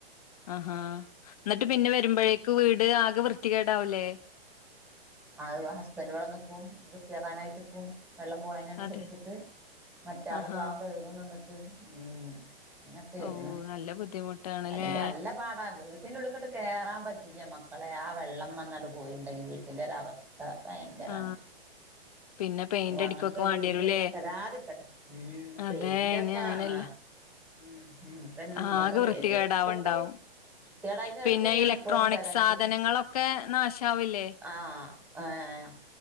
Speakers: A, on the left; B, in the centre.
A: ആഹാ എന്നിട്ട് പിന്നെ വരുമ്പോഴേക്ക് വീട് ആകെ വൃത്തികേടാവൂല്ലേ.
B: അ ഹസ്ബൻഡേഇവിടെ നിക്കും വൃത്തിയാക്കാനായിട്ട് നിക്കും. വെള്ളം പോണന്നുസരിച്ചിട്ട്
A: അതെ.
B: മറ്റാള്
A: ആഹാ.
B: പാവം കഴുകുംനിന്നിട്ട് ഉം അങനെപ്പെരുന്നു
A: ഓഹ്! നല്ല ബുദ്ധിമുട്ടാണല്ലേ?
B: അല്ലെങ്കി നല്ല പാടാ വിടിന്റെ ഉള്ളിക്കൊണ്ട് കേറാൻ പറ്റില്ല മക്കളെ ആ വെള്ളം വന്നാണ്ട് പോയിട്ടുണ്ടെങ്കിൽ വീട്ടിന്റെ ഒരവ സ്ഥ ഭയങ്കരാണ്
A: ആ. പിന്നെ പെയിന്റ് അടിക്കൊക്കെ
B: അങ്ങനത്തോരു
A: വാണ്ടിവരൂല്ലേ?
B: വിധി തരാതിരിക്കട്ടെ ഉം. ഉം
A: അതെ.
B: പെയിന്റൊ
A: ഇനി അങ്ങനെയല്ല
B: ആഹ് ആഹ് ഉം ഉം അതന്നെ
A: ആകെ
B: ഇയാക്കെ
A: വൃത്തികേടാവണ്ടാവും.
B: ഏ ഏ <unintelligible> കെടായിട്ട് കേടാക്കാന്നെ
A: പിന്നെ ഇലക്ട്രോണിക്
B: ആണ് ഇപ്പഴും വെരാങ്ങ
A: സാധനങ്ങളൊക്കെ നാശാവില്ലേ?
B: ആഹ് ആഹ് ഏഹ്